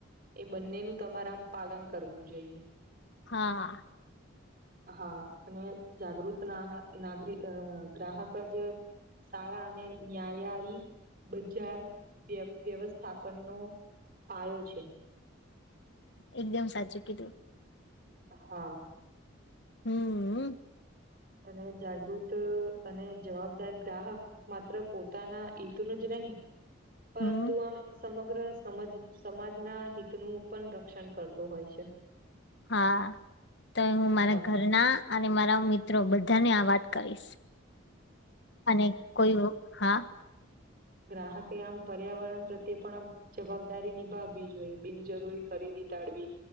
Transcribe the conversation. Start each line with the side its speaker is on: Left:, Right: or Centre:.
Right: એ બંનેનું તમારે આમ પાલન કરવું જોઈએ
Left: હા.
Right: હા અને જાગૃત ના નાગર ગ્રાહક જ સારા અને ન્યાયયી બજાર વ વ્યવસ્થાપનનો આયો છે.
Left: એકદમ સાચું કીધું
Right: હા.
Left: હમ.
Right: અને જાગૃત અને જવાબદાર ગ્રાહક માત્ર પોતાના હિત નું જ નહીં પરંતુ
Left: હમ
Right: આમ સમગ્ર સમજ સમાજના હિતનું પણ રક્ષણ કરતો હોય છે.
Left: હા તો હું મારા
Right: હા
Left: ઘરના અને મારા મિત્રો બધા ને આ વાત કરીશ અને કોઈ હા
Right: ગ્રાહકે આમ પર્યાવરણ પ્રત્યે પણ આમ જવાબદારી નિભાવવી જોઈએ જરૂરી ખરીદી ટાળવી